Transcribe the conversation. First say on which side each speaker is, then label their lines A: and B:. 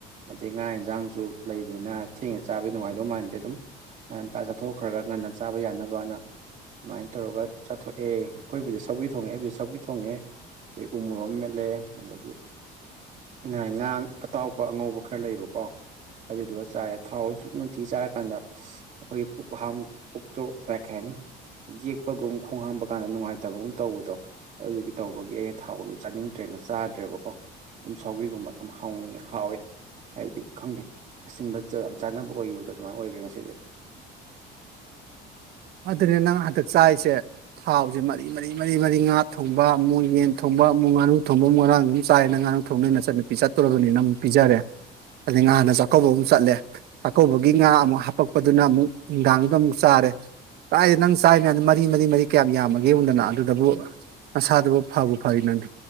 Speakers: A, on the right; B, on the right.
A: ꯑꯗꯩ ꯉꯥꯔꯥꯡ ꯏꯟꯖꯥꯡꯁꯨ ꯂꯩꯕꯅꯤꯅ ꯊꯦꯡꯅ ꯆꯥꯕ ꯅꯨꯡꯉꯥꯏꯗꯧ ꯃꯥꯟꯗꯦ ꯑꯗꯨꯝ ꯉꯥꯟꯇꯥ ꯆꯠꯊꯣꯛꯈ꯭ꯔꯒ ꯉꯟꯅ ꯆꯥꯕ ꯌꯥꯅꯕꯅ ꯁꯨꯃꯥꯏꯟ ꯇꯧꯔꯒ ꯆꯥꯊꯣꯛꯑꯦ ꯑꯩꯈꯣꯏꯕꯨꯗꯤ ꯁꯧꯒ꯭ꯔꯤ ꯊꯣꯡꯉꯦ ꯑꯩꯕꯨꯗꯤ ꯁꯧꯒ꯭ꯔꯤ ꯊꯣꯡꯉꯦ <unintelligible> ꯃꯣꯔꯣꯛ ꯑꯃ ꯃꯦꯠꯂꯦ ꯑꯗꯒꯤ ꯉꯔꯥꯡ ꯉꯥꯡ ꯑꯇꯥꯎꯕ ꯑꯉꯧꯕ ꯈꯔ ꯂꯩꯕꯀꯣ ꯑꯗꯨꯗꯨꯒ ꯆꯥꯔꯦ ꯊꯥꯎꯖꯨ ꯁꯨꯕ ꯅꯨꯡꯇꯤ ꯆꯥꯔꯀꯥꯟꯗ ꯑꯩꯈꯣꯏꯒꯤ ꯄꯨꯛ ꯍꯥꯡ ꯄꯨꯛꯇꯣ ꯀꯩ ꯍꯥꯏꯅꯤ ꯌꯦꯛꯄꯒꯨꯝ ꯈꯣꯡ ꯍꯥꯝꯕ ꯀꯥꯟꯗ ꯅꯨꯡꯉꯥꯏꯇꯕꯒꯨꯝ ꯇꯧꯕꯗꯣ ꯑꯗꯨꯗꯨꯒꯤ ꯇꯧꯕꯒꯤ ꯑꯩꯅ ꯊꯥꯎꯗꯨ ꯆꯥꯅꯤꯡꯗ꯭ꯔꯦꯅ ꯆꯥꯗ꯭ꯔꯦꯕꯀꯣ ꯑꯗꯨꯝ ꯁꯧꯒ꯭ꯔꯤꯒꯨꯝꯕ ꯑꯝ ꯍꯥꯎꯋꯤ ꯍꯥꯎꯋꯦ ꯍꯥꯏꯕꯗꯤ ꯈꯪꯗꯦ ꯑꯁꯤꯟꯕ ꯆꯥ ꯌꯝ ꯆꯥꯟꯅꯕ ꯑꯣꯏꯒꯤꯕꯗꯣ ꯑꯗꯨꯃꯥꯏꯅ ꯑꯣꯏꯒ꯭ꯔꯦ ꯉꯁꯤꯗꯤ
B: ꯑꯗꯨꯅꯤ ꯅꯪ ꯍꯟꯗꯛ ꯆꯥꯏꯁꯦ ꯊꯥꯎꯖꯦ ꯃꯔꯤ ꯃꯔꯤ ꯃꯔꯤ ꯃꯔꯤ ꯉꯥ ꯊꯣꯡꯕ ꯑꯃꯨꯛ ꯌꯦꯟ ꯊꯣꯡꯕ ꯑꯃꯨꯛ ꯉꯥꯅꯨ ꯊꯣꯡꯕ ꯑꯃꯨꯛ ꯉꯔꯥꯡꯗꯒꯤ ꯑꯗꯨꯝ ꯆꯥꯏꯌꯦꯅ <unintelligible> ꯅꯣꯏ ꯅꯆꯜꯅꯨꯄꯤ ꯆꯠꯇꯣꯔꯕꯅꯤꯅ ꯑꯃꯨꯛ ꯄꯤꯖꯔꯦ ꯑꯗꯩ ꯉꯍꯥꯟꯅ ꯆꯥꯛꯀꯧꯕ ꯑꯃꯨꯛ ꯆꯠꯂꯦ ꯆꯥꯛꯀꯧꯕꯒꯤ ꯉꯥ ꯑꯃꯨꯛ ꯍꯥꯞꯄꯛꯄꯗꯨꯅ ꯑꯃꯨꯛ ꯅꯨꯡꯗꯥꯡꯗꯨꯗ ꯑꯃꯨꯛ ꯆꯥꯔꯦ ꯀꯥꯔꯥꯏꯗꯩ ꯅꯪ ꯆꯥꯔꯤ ꯃꯌꯥꯝꯗꯣ ꯃꯔꯤ ꯃꯔꯤ ꯃꯔꯤ ꯀꯌꯥꯝ ꯌꯥꯝꯃꯒꯦ ꯌꯦꯡꯉꯣꯗꯅ ꯑꯗꯨꯗꯕꯨ ꯅꯁꯥꯗꯨꯕꯨ ꯐꯥꯕꯨ ꯐꯥꯔꯤ ꯅꯪꯗꯤ